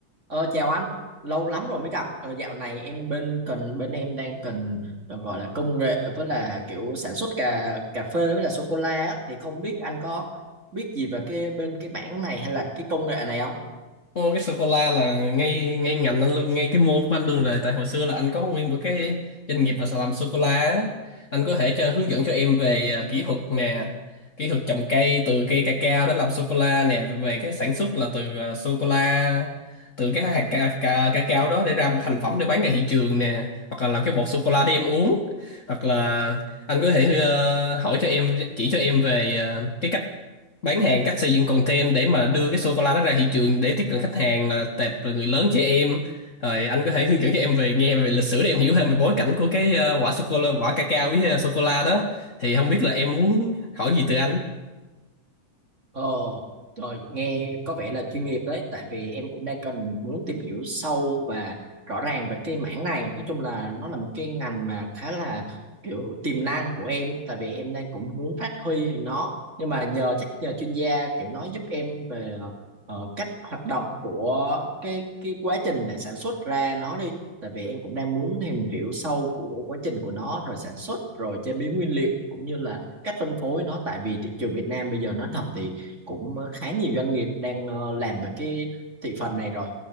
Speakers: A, on the right; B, on the left.
A: Ờ, chào anh, lâu lắm rồi mới gặp. Ờ, dạo này em bên cần bên em đang cần ờ, gọi là công nghệ với là kiểu sản xuất cà cà phê với là sô cô la á. thì không biết anh có biết gì về cái bên cái bảng này hay là cái công nghệ này không?
B: Ô, cái sô cô la là ngay ngay ngành anh luôn ngay cái môn của anh luôn rồi tại hồi xưa là anh có nguyên một cái doanh nghiệp mà làm sô cô la á. anh có thể cho hướng dẫn cho em về à, kỹ thuật nè kỹ thuật trồng cây từ cây cacao đó làm sô cô la nè về về cái sản xuất là từ à, sô cô la từ cái hạt ca, ca, cacao đó để ra một thành phẩm để bán ra thị trường nè hoặc là làm cái bột sô cô la để em uống hoặc là anh có thể ờ, hỏi cho em chỉ cho em về ờ, cái cách bán hàng cách xây dựng content để mà đưa cái sô cô la đó ra thị trường để tiếp cận khách hàng là tệp là người lớn trẻ em rồi anh có thể hướng dẫn cho em về nghe về lịch sử để em hiểu thêm về bối cảnh của cái ờ, quả sô cô la quả cacao với sô cô la đó thì không biết là em muốn hỏi gì từ anh
A: Ồ, rồi nghe có vẻ là chuyên nghiệp đấy, tại vì em cũng đang cần muốn tìm hiểu sâu và rõ ràng về cái mảng này. Nói chung là nó là một cái ngành mà khá là kiểu tiềm năng của em, tại vì em đang cũng muốn phát huy nó. Nhưng mà nhờ chắc nhờ chuyên gia kiểu nói giúp em về ờ, cách hoạt động của cái cái quá trình để sản xuất ra nó đi. Tại vì em cũng đang muốn tìm hiểu sâu của quá trình của nó, rồi sản xuất, rồi chế biến nguyên liệu cũng như là cách phân phối nó. Tại vì thị trường Việt Nam bây giờ nói thật thì cũng ờ, khá nhiều doanh nghiệp đang ờ, làm về cái thị phần này rồi.